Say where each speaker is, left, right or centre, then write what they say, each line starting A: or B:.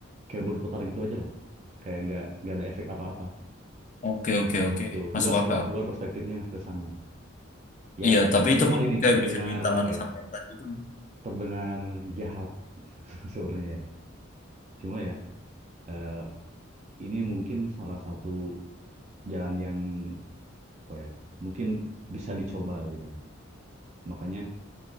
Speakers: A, on the right (about 35°); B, on the left (about 35°).
A: kayak berputar gitu aja loh, kayak nggak nggak ada efek apa-apa.
B: oke oke oke
A: Tuh,
B: masuk
A: gua
B: akal
A: gua gua perspektifnya ke sana. Ya,
B: iya tapi
A: terdengar
B: itu pun
A: ini,
B: kayak
A: terdengar
B: bisa ditangani
A: apa ya?
B: sampai yang tadi itu
A: Terdengar jahat <laughs> sebenarnya. ya. Cuma ya, eh, ini mungkin salah satu jalan yang apa ya? Mungkin bisa dicoba gitu. Makanya